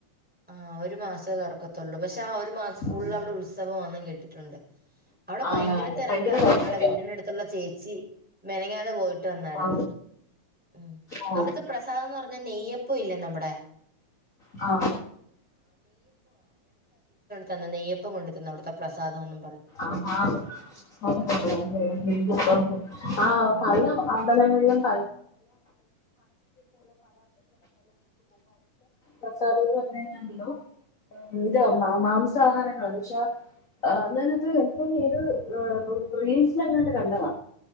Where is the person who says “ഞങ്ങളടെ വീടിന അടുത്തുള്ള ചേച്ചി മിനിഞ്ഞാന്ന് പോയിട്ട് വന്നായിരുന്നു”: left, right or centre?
Centre